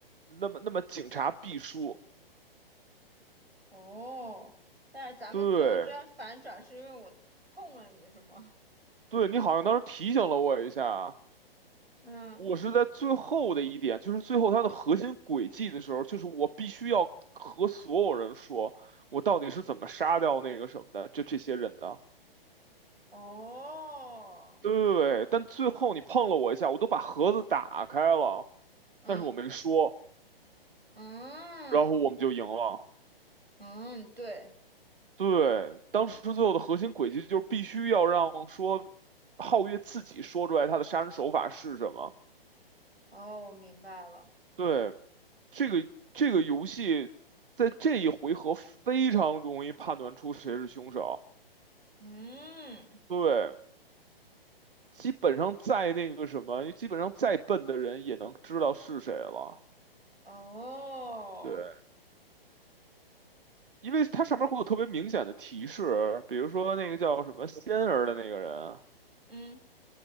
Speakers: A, on the right; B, on the right.
A: 那么那么警察必输。
B: 哦，但是咱们最后居然反转，
A: 对，
B: 是因为我碰了你是吗？
A: 对你好像当时提醒了我一下，
B: 嗯，
A: 我是在最后的一点，就是最后它的核心轨迹的时候，就是我必须要和所有人说，我到底是怎么杀掉那个什么的，就这些人的。
B: 哦，
A: 对，但最后你碰了我一下，我都把盒子打开了，
B: 嗯
A: 但是我没说，
B: 嗯
A: 然后我们就赢了。
B: 嗯，对，
A: 对，当时最后的核心轨迹就是必须要让说皓月自己说出来他的杀人手法是什么。
B: 哦，我明白了。
A: 对，这个这个游戏在这一回合非常容易判断出谁是凶手。
B: 嗯，
A: 对，基本上再那个什么，基本上再笨的人也能知道是谁了。
B: 哦，
A: 对，因为它上面会有特别明显的提示，比如说那个叫什么仙儿的那个人，
B: 嗯，